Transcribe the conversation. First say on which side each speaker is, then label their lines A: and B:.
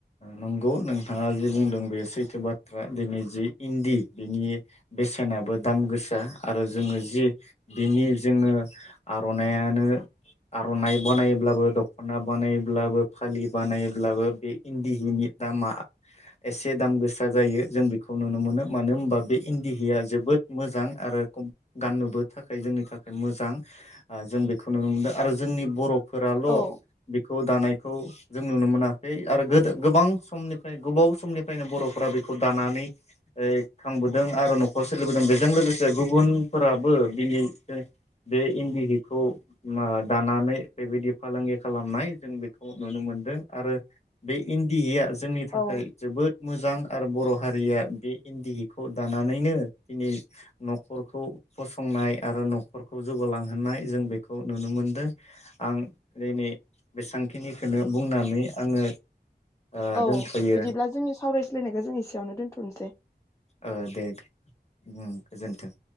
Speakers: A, on the left (about 40°); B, on the left (about 15°).
A: नंगौ नोंथाङा जि बुंदों बे सैथो बाथ्रा दिनै जि इन्दि बिनि बेसेनाबो दाम गोसा आरो जोङो जि बिनि जोङो आरनायानो आरनाइ बानायोब्लाबो दखना बानायोब्लाबो फालि बानायोब्लाबो बे इन्दि हिनि दामा एसे दाम गोसा जायो जों बेखौ नुनो मोनो। मानो होनबा बे इन्दि हिया जोबोद मोजां आरो गाननोबो थाखाय जोंनि थाखाय मोजां जों बेखौ नुनो मोनदों आरो जोंनि बरफोराल
B: औ
A: बेखौ दानाय खौ जों नुनो मोनाखै। आरो गोदो गोबां समनिफ्राय गोबाव समनिफ्रायनो बर'फोरा बेखौ दानानै यै खांबोदों आरो न'खर सोलिबोदों बेजों लोगोसे गुबुनफोराबो बिनै बे इन्दि हिखौ दानानै बेबायदि फालांगि खालामनाय जों बेखौ नुनो मोनदों आरो। बे इन्दि हिया जोंनि
B: औ
A: थाखाय जोबोद मोजां आरो बर' हारिया बे इन्दि हिखौ दानानैनो दिनै न'खरखौ फसंनाय आरो न'खरखौ जौगालांहोनाय जों बेखौ नुनो मोनदों आं दिनै बेसेबांखिनिखौनो बुंनानै आङो। ओ
B: औ
A: दोनथ'यो
B: बिदिब्ला जोंनि सावरायज्लायनायखौ जों एसेयावनो दोन थ'नोसै।
A: ओ दे उम गोजोन्थों।